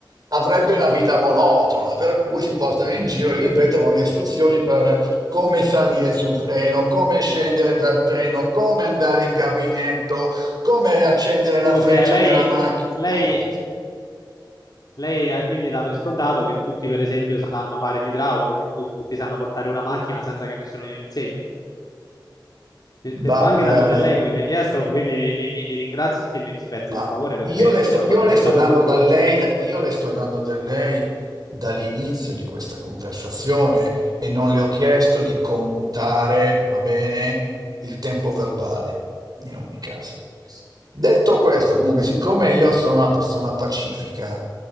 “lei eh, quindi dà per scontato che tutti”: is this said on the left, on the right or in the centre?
Left